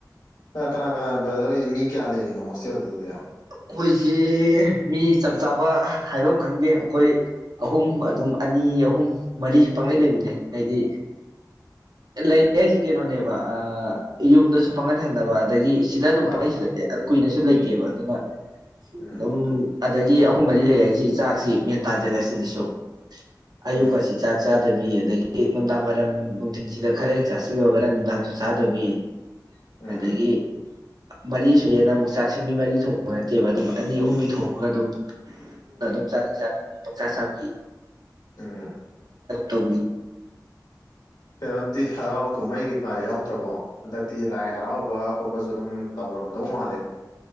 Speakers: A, on the left; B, on the right.
A: ꯀꯅꯥ ꯀꯅꯥ ꯕꯗꯤ ꯃꯤ ꯀꯌꯥ ꯂꯩꯔꯤꯅꯣ ꯍꯣꯁꯇꯦꯜꯗꯨꯗꯗꯤ
B: ꯑꯩꯈꯣꯏꯁꯦ ꯃꯤ ꯆꯞ ꯆꯥꯕ ꯍꯥꯏꯕ ꯑꯃ ꯈꯪꯗꯦ ꯑꯩꯈꯣꯏ ꯑꯍꯨꯝ ꯑꯗꯨꯝ ꯑꯅꯤ ꯃꯤ ꯑꯍꯨꯝ ꯃꯔꯤ ꯄꯥꯡꯂꯩ ꯂꯩꯕꯅꯦ ꯍꯥꯏꯗꯤ ꯂꯩ ꯑꯩꯁꯤ ꯀꯩꯅꯣꯅꯦꯕ ꯌꯨꯝꯗꯁꯨ ꯄꯪꯒꯟꯍꯟꯅꯕ ꯑꯗꯒꯤ ꯁꯤꯗ ꯑꯗꯨꯝ
A: ꯍꯣꯏ
B: ꯄꯪꯩꯜꯂꯛꯦ
A: ꯍꯣꯏ
B: ꯀꯨꯏꯅꯁꯨ ꯂꯩꯇꯦꯕ ꯑꯗꯨꯅ
A: ꯎꯝ
B: ꯑꯗꯨꯝ ꯑꯗꯒꯤ ꯑꯍꯨꯝ ꯃꯔꯤ ꯂꯩꯔ ꯁꯤ ꯆꯥꯛꯁꯤ ꯃꯦꯟ ꯇꯥꯗꯦꯗ ꯁꯤꯗꯁꯨ ꯑꯌꯨ
A: ꯎꯝ
B: ꯀꯁꯤ ꯆꯥꯛ ꯆ ꯆꯥꯗꯕꯤ ꯑꯗꯒꯤ ꯅꯨꯡꯗꯥꯡ ꯋꯥꯏꯔꯝ ꯅꯨꯡꯊꯤꯟꯁꯤꯗ ꯈꯔ ꯍꯦꯛ ꯆꯥꯁꯤꯜꯂꯒ ꯈꯔ ꯅꯨꯡꯗꯥꯡꯁꯨ ꯆꯥꯗꯕꯤ
A: ꯎꯝ
B: ꯑꯗꯒꯤ ꯃꯔꯤ ꯁꯨꯌꯦꯅ ꯑꯃꯨꯛ ꯆꯥꯛꯁꯤ ꯃꯤ ꯃꯔꯤ ꯊꯣꯛ ꯅꯠꯇꯦꯕ ꯑꯗꯨꯝ ꯑꯅꯤ ꯑꯍꯨꯝꯒꯤ ꯊꯣꯡꯉꯒ ꯑꯗꯨꯝ ꯅꯗꯨꯝꯁꯅꯤꯅꯤꯡ ꯃꯤ ꯄꯪꯆꯥꯥ ꯁꯕꯤ
A: ꯎꯝ
B: ꯇꯧ
A: ꯀꯩꯅꯣꯗꯤ ꯍꯔꯥꯎ ꯀꯨꯝꯍꯩ ꯀꯩꯀꯥ ꯌꯥꯎꯗ꯭ꯔꯕꯣ ꯍꯟꯗꯛꯇꯤ ꯂꯥꯏ ꯍꯔꯥꯎꯕ ꯈꯣꯠꯄꯁꯨ ꯑꯗꯨꯝ ꯇꯧ ꯉꯝꯗꯧ ꯃꯥꯜꯂꯦ